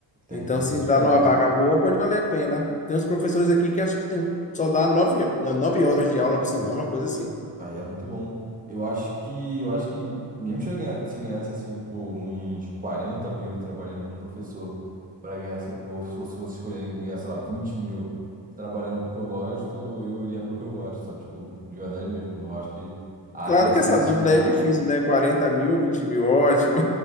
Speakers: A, on the right; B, on the left.
A: tem,
B: Então,
A: tem toda
B: se
A: essa
B: entrar
A: diferença.
B: numa vaga boa, pode valer a pena. Tem uns professores aqui que acho que tem só dá nove, ho- nove horas de aula por semana, uma coisa assim.
A: Aí é muito bom. Eu acho que, eu acho que mesmo se eu ganha- se eu ganhasse, assim, pô, uns 40 mil trabalhando como professor para ganhar, se- ou se fosse fosse escolher ganhar, sei lá, 20 mil trabalhando com o que eu gosto, eu iria pro que eu gosto, sabe? Tipo, de verdade mesmo. Eu acho que a
B: Claro
A: área, assim,
B: que essa
A: de ensinar.
B: dúvida aí é difícil, né? 40 mil, 20 mil, ótimo.